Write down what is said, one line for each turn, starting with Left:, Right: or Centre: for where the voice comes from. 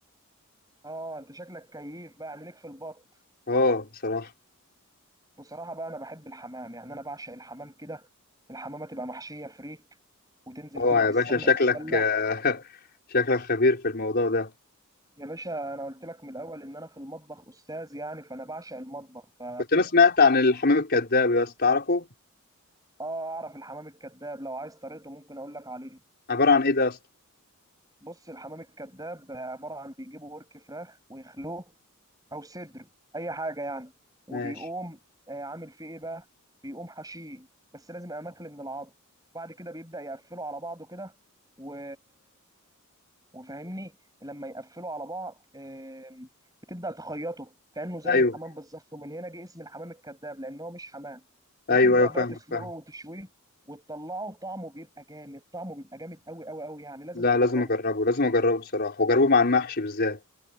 Right: اه انت شكلك كيف بقى يعني ليك في البط
Left: اه بصراحه
Right: بصراحه بقى انا بحب الحمام يعني انا بعشق الحمام كده الحمامه تبقى محشيه فريك وتنزل
Left: اه
Right: كده
Left: يا
Right: في السمنه
Left: باشا شكلك
Right: تتدلع
Left: <laughs> آه، شكلك خبير في الموضوع ده
Right: يا باشا انا قلت لك من الاول ان انا في المطبخ استاذ يعني فانا بعشق المطبخ ف
Left: كنت انا سمعت عن الحمام الكذاب بس تعرفه
Right: اه اعرف الحمام الكذاب لو عايز طريقته ممكن اقول لك عليه
Left: عباره عن ايه ده يا اسطى
Right: بص الحمام الكذاب عباره عن بيجيبوا ورك فراخ ويخلوه او صدر اي حاجه يعني وبيقوم
Left: ماشي
Right: آه، عامل فيه ايه بقى بيقوم حشيه بس لازم يبقى ماكل من العظم وبعد كده بيبدا يقفله على بعضه كده و... وفاهمني لما يقفلوا على بعض آم، بتبدأ تخيطه كأنه زي
Left: ايوه
Right: الحمام بالظبط ومن هنا جه اسم الحمام الكذاب لأن هو مش حمام وتبدأ
Left: ايوه ايوه
Right: بقى
Left: فاهمك
Right: تسلقه
Left: فاهم
Right: وتشويه وتطلعه طعمه بيبقى جامد طعمه بيبقى جامد قوي قوي قوي يعني لازم
Left: لا
Right: تجربه
Left: لازم اجربه لازم اجربه بصراحه واجربه مع المحشي بالذات